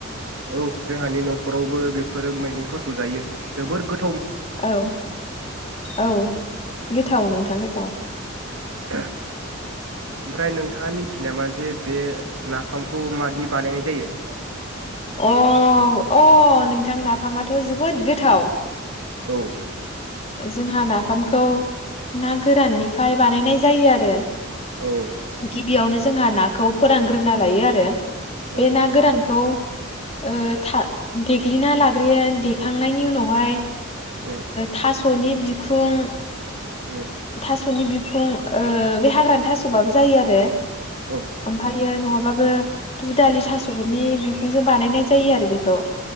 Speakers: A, on the right; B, on the left.
A: औ जोंहानि न'खरावबो बेफोर मैगंफोरखौ जायो जोबोद गो
B: औ औ गोथाव
A: औ
B: नोंथां गोथाव।
A: ओमफ्राय नोंथाङा मिथि थि नामा जे बे नाफामखौ मादि बानायनाय जायो?
B: अ अ नोंथां नाफामाथ' जोबोद गोथाव।
A: औ।
B: जोंहा नाफामखौ ना गोराननिफ्राय बानायनाय जायो आरो।
A: औ
B: गिबियावनो जोंहा ना खौ फोरानग्रोना लायो आरो। बे
A: औ
B: ना गोरानखौ ओ था देग्लिना लाग्रोयो देखांनायनि उनावहाय
A: ओ।
B: थास'नि बिखुं
A: उम
B: थास'नि बि खुं ओ बे हाग्रानि थास'बाबो जायो आरो।
A: औ
B: ओमफायो नङाब माबाबो दुदालि थास'फोरनि बिखुंजों बानायनाय जायो आरो बेखौ।